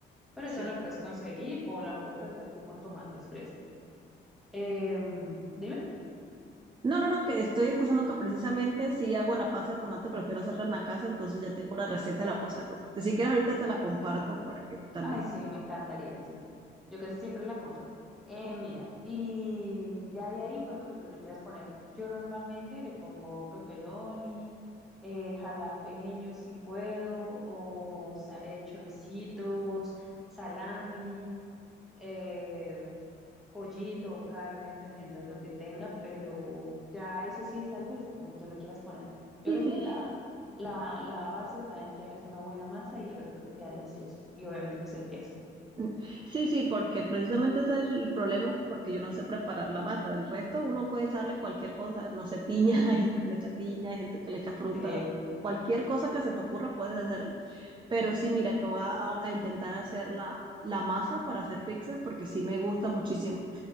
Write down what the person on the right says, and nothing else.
sí.
No, no, no, que estoy escuchando que precisamente si hago la pasta de tomate, prefiero hacerla en la casa, entonces ya tengo la receta de la pasta de tomate. Si quieres, ahorita te la comparto para que también.
Sí,
sí,
Mm, Sí, sí, porque precisamente ese es el problema, porque yo no sé preparar la masa. Del resto, uno puede echarle cualquier cosa, no sé, piña, <laughs> hay gente que le echa piña, hay gente que le echa frutas,
cualquier cosa que se te ocurra puedes hacerla. Pero sí, mira, que voy a, a intentar hacer la, la masa para hacer pizzas, porque sí me gusta muchísimo.